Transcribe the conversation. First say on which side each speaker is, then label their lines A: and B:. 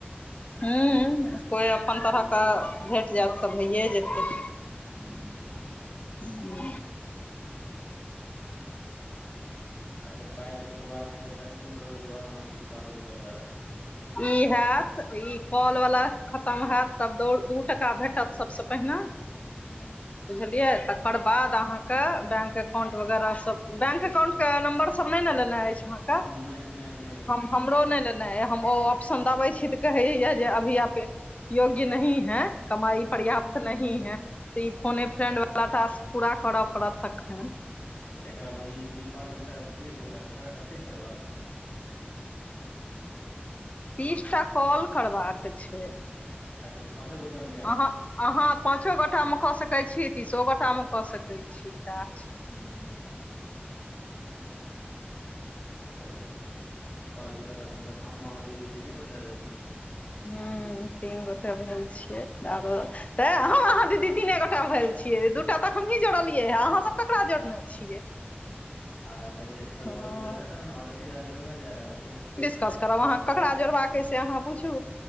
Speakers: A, on the left; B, on the left.
A: हुँ कोइ अपन
B: कियाकि
A: तरहक
B: लोक
A: कऽ
B: सब
A: भेट जैत तऽ भइए जेतै
B: हुँ
A: हुँ
B: अच्छऽ पाइ केँ शुरुआत हेतै तखने नऽ ककरो लुभावना किछ कहबो करबै
A: ई होत ई कॉल वला खतम होत तब दौड़ दू टका भेटत सबसँ पहिने
B: हँ
A: बुझलियै तऽ ओकर बाद अहाँ कऽ बैंक अकाउंट वगैरह सब बैंक एकाउंट कऽ नम्बर सब नय नऽ लेने अछि अहाँ
B: नय - नय - नय
A: हम हमरो नय ले नय हम ओ ऑप्शन दबै छी तऽ कहै यऽ जे अभी आप योग्य नही है कमाइ
B: ह
A: पर्याप्त नही है तऽ ई फोने
B: ह
A: फ्रेंड वाला टास्क पूरा करऽ पड़त तखैन
B: तऽ एकरामे ई कि पाँच गोटा तीस गोटा ककरा कतेक करबाक छै
A: तीस टा कॉल करबाक छै
B: अच्छऽ पाँचो गोटा मे
A: अहाँ अहाँ पाँचो गोटा मऽ कऽ सकै छी तीसो गोटा मऽ कऽ सकै छी काज
B: हुँ चलू पाँच गोटा तऽ एखन तक हम अहाँ दीदी तीने गोटा भेल छी
A: हुँ तीन गोटाे भेल छिये आरो तऽ हम अहाँ दीदी तीने गोटा भेल छियै दूटा तऽ हमही जोड़लियै हे अहाँसभ ककरा जोड़ने अ छियै
B: आ पहिने डिस्कस
A: हँ
B: भऽ जेतै तखन नऽ अहाँ तऽ सीधा जोड़ने जा रहल छियै
A: <unintelligible> अहाँकऽ ककरा जोड़बाक अय से अहाँ बुझू